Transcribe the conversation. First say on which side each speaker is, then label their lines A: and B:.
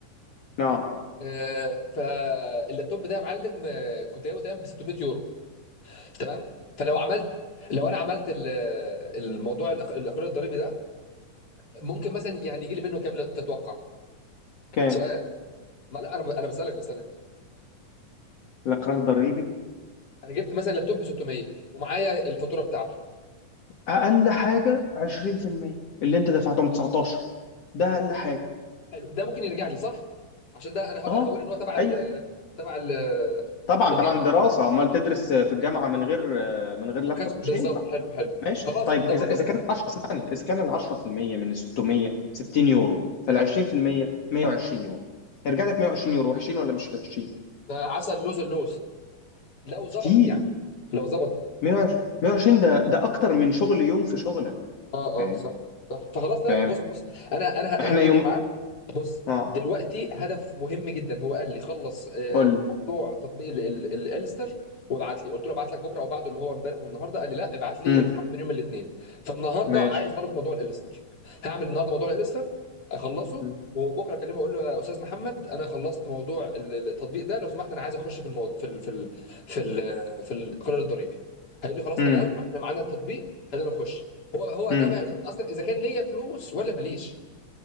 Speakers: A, on the left; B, on the left.
A: نعم
B: آه فاللابتوب ده يا معلم آه كنت جايبه تقريبا ب 600 يورو تمام فلو عملت لو انا عملت ال- الموضوع الأخ- الاخراج الضريبي ده ممكن مثلا يعني يجي لي منه كام لا تتوقع
A: كام
B: سؤال ما لا انا ب... انا بسالك بسالك
A: لقرار ضريبي
B: انا جبت مثلا لابتوب ب 600 ومعايا الفاتوره بتاعته
A: اقل حاجه 20% اللي انت دفعتهم 19 ده اقل حاجه
B: حلو ده ممكن يرجع لي صح عشان ده انا
A: اه
B: انا هقول ان هو تبع ال
A: ايوه
B: تبع ال
A: طبعا
B: الجامعه
A: طبعا دراسه امال تدرس في الجامعه من غير من غير لابتوب
B: ما كانش
A: مش
B: بالظبط
A: هينفع
B: حلو حلو
A: ماشي
B: خلاص
A: طيب
B: ده
A: اذا
B: برضو
A: اذا كان 10 اسمعني اذا كان ال 10% من 600 60 يورو فال 20% 120 يورو هيرجع لك 120 يورو وحشين ولا مش وحشين
B: ده عسل لوز اللوز لو ظبطت
A: كتير
B: يعني لو ظبطت
A: 120 120 ده ده اكتر من شغل يوم في شغلك
B: اه
A: فاهم
B: اه صح صح فخلاص لا
A: فاهم
B: لا، بص بص انا انا
A: احنا
B: انا هتكلم
A: يوم
B: معاه بص
A: اه
B: دلوقتي هدف مهم جدا هو قال لي خلص آه،
A: قول لي
B: موضوع تطبيق ال- ال- الالستر وابعت لي قلت له ابعت لك بكره او بعده اللي هو امبارح والنهارده قال لي لا ابعت لي
A: امم
B: لو سمحت من يوم الاثنين فالنهارده
A: ماشي
B: عايز اعرف موضوع الالستر هعمل النهارده موضوع الالستر اخلصه
A: امم
B: وبكره اكلمه اقول له يا استاذ محمد انا خلصت موضوع ال- ال- التطبيق ده لو سمحت انا عايز اخش في الموضوع في ال في ال في ال في القرار الضريبي هيقول لي خلاص
A: امم
B: تمام احنا معانا التطبيق خلينا نخش هو هو
A: امم
B: ده بقى يشوف اصلا اذا كان ليا فلوس ولا ماليش